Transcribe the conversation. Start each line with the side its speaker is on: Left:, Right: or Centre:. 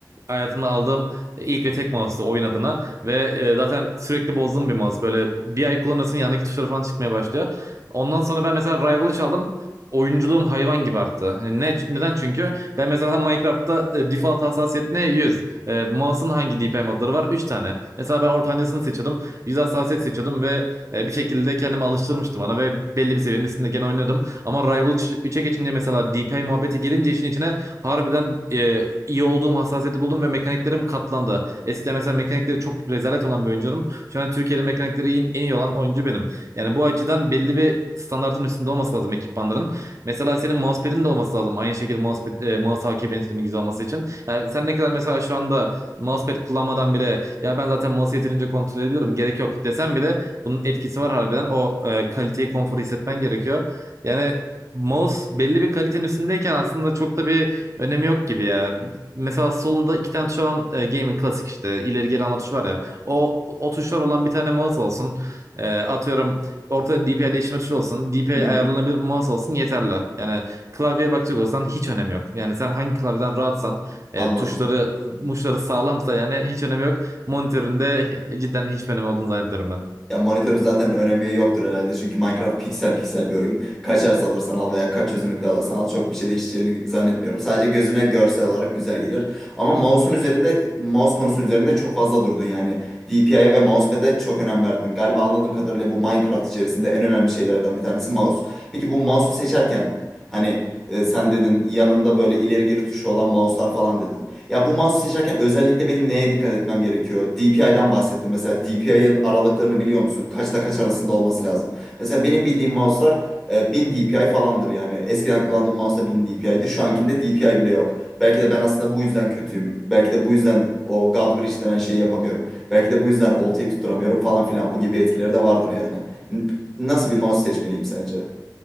Right: Hayatımda aldığım ilk ve tek mouse'tu oyun adına ve e, zaten sürekli bozduğum bir mouse. Böyle bir ay kullanırsın yanındaki tuşları falan çıkmaya başlıyor. Ondan sonra ben mesela Rival'ı çaldım oyunculuğum hayvan gibi arttı. Hani Ne, neden çünkü? Ben mesela Minecraft'ta e, default hassasiyet ne? 100. E, mouse'un hangi DPI modları var? 3 tane. Mesela ben ortancasını seçiyordum. 100 hassasiyet seçiyordum ve e, bir şekilde kendimi alıştırmıştım ona ve belli bir seviyenin üstünde gene oynuyordum. Ama Rival 3'e geçince mesela DPI muhabbeti gelince işin içine harbiden e, iyi olduğum hassasiyeti buldum ve mekaniklerim katlandı. Eskiden mesela mekanikleri çok rezalet olan bir oyuncuyum. Şu an Türkiye'de mekanikleri en iyi olan oyuncu benim. Yani bu açıdan belli bir standartın üstünde olması lazım ekipmanların. Mesela senin mousepad'in de olması lazım. Aynı şekilde mousepad, e, mouse hakimiyetinin güzel olması için. Yani sen ne kadar mesela şu anda mousepad kullanmadan bile ya ben zaten mouse'u yeterince kontrol edebilirim gerek yok desem bile bunun etkisi var harbiden. O e, kaliteyi konforu hissetmen gerekiyor. Yani mouse belli bir kalitenin üstündeyken aslında çok da bir önemi yok gibi ya. Mesela solunda iki tane tuş olan e, gaming klasik işte ileri geri alma tuşu var ya. O, o tuşlar olan bir tane mouse olsun. E, atıyorum Ortada DPI değiştirme tuşu olsun. DPI
Centre: Hı hı.
Right: ayarlanabilir bir mouse olsun yeterli. Yani klavyeye bakacak olsan hiç önemi yok. Yani sen hangi klavyeden rahatsan e,
Centre: Anladım.
Right: tuşları muşları sağlamsa yani hiç önemi yok. Monitöründe cidden hiç önemi olduğunu zannetmiyorum ben.
Centre: Ya monitörün zaten önemi yoktur herhalde çünkü Minecraft piksel piksel bir oyun. Kaç hertz alırsan al veya kaç çözünürlükte alırsan al çok bir şey değişeceğini zannetmiyorum. Sadece gözüne görsel olarak güzel gelir. Ama mouse'un üzerinde, mouse konusunun üzerinde çok fazla durdun yani. DPI'ye ve mousepad'e çok önem verdin. Galiba anladığım kadarıyla bu Minecraft içerisinde en önemli şeylerden bir tanesi mouse. Peki bu mouse'u seçerken hani e, sen dedin yanında böyle ileri geri tuşu olan mouse'lar falan dedin. Ya bu mouse'u seçerken özellikle benim neye dikkat etmem gerekiyor? DPI'den bahsettim. Mesela DPI'ın aralıklarını biliyor musun? Kaçla kaç arasında olması lazım. Mesela benim bildiğim mouse'lar e, 1000 DPI falandır yani. Eskiden kullandığım mouse da 1000 idi, Şu ankinde DPI bile yok. Belki de ben aslında bu yüzden kötüyüm. Belki de bu yüzden o God Bridge denen şeyi yapamıyorum. Belki de bu yüzden oltayı tutturamıyorum falan filan. Bu gibi etkileri de vardır yani. N- Nasıl bir mouse seçmeliyim sence?